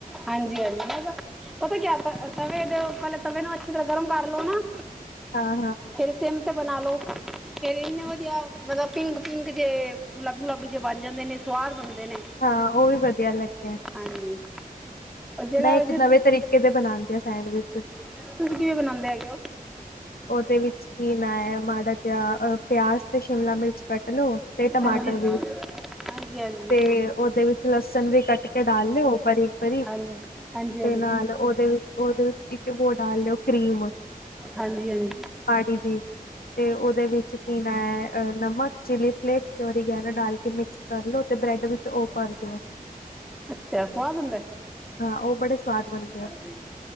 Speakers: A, in the centre; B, on the left.
A: ਹਾਂਜੀ-ਹਾਂਜੀ ਪਤਾ ਕਿਆ ਤਵੇ ਦੇ ਪਹਿਲੇ ਤਵੇ ਨੂੰ ਅੱਛੀ ਤਰ੍ਹਾਂ ਗਰਮ ਕਰ ਲੋ ਨਾ।
B: ਹਾਂ-ਹਾਂ।
A: ਫਿਰ ਸਿਮ 'ਤੇ ਬਣਾ ਲਉ ਫਿਰ ਇੰਨੇ ਵਧੀਆ ਮਤਲਬ ਪਿੰਕ-ਪਿੰਕ ਜੇ ਗੁਲਾਬੀ-ਗੁਲਾਬੀ ਜੇ ਬਣ ਜਾਂਦੇ ਨੇ। ਸੁਆਦ ਬਣਦੇ ਨੇ।
B: ਹਾਂ ਉਹ ਵੀ ਵਧੀਆ ਲੱਗਿਆ।
A: ਹਾਂਜੀ ਉਹ ਜਿਹੜਾ
B: ਮੈਂ ਇੱਕ
A: ਜਿਸ
B: ਨਵੇਂ ਤਰੀਕੇ ਦੇ ਬਣਾਦੇ ਆਂ ਸੈਂਡਵਿਚ।
A: <unintelligible> ਤੁਸੀਂ ਕਿਵੇਂ ਬਣਾਉਂਦੇ ਹੈਗੇ ਹੋ?
B: ਉਹਦੇ ਵਿੱਚ ਕੀ ਮੈ ਮਾੜਾ ਜਿਹਾ ਅ ਪਿਆਜ ਤੇ ਸ਼ਿਮਲਾ ਮਿਰਚ ਕੱਟ ਲੋ ਤੇ ਟਮਾਟਰ
A: ਹਾਂਜੀ ਹਾਂਜੀ
B: ਵੀ।
A: ਹਾਂਜੀ ਹਾਂਜੀ
B: ਤੇ
A: ਹਾਂਜੀ
B: ਉਹਦੇ ਵਿੱਚ ਲਸਣ ਵੀ ਕੱਟ ਕੇ ਡਾਲ ਲਿਓ, ਬਾਰੀਕ - ਬਾਰੀਕ।
A: ਹਾਂਜੀ ਹਾਂਜੀ ਹਾਂਜੀ
B: ਤੇ ਨਾਲ ਉਹਦੇ ਵਿੱਚ ਉਹਦੇ ਵਿੱਚ ਇੱਕ ਬੋ ਡਾਲ ਲਿਓ ਕਰੀਮ।
A: ਹਾਂਜੀ-ਹਾਂਜੀ
B: ਪਾੜੀ ਸੀ ਤੇ ਉਹਦੇ ਵਿੱਚ ਮੈਂ ਨਮਕ, ਚਿਲੀ ਪਲੈਕਸ ਤੇ ਉਹਦੀ ਗਲ ਡਾਲ ਕੇ ਮਿਕਸ ਕਰ ਲੋ ਤੇ ਬ੍ਰੈਡ ਵਿੱਚ ਉਹ ਭਰ ਦਿਓ।
A: ਅੱਛਾ, ਸੁਆਦ ਹੁੰਦਾ?
B: ਹਾਂ, ਉਹ ਬੜੇ ਸਵਾਦ ਬਣਦੇ ਆ।
A: ਠੀਕ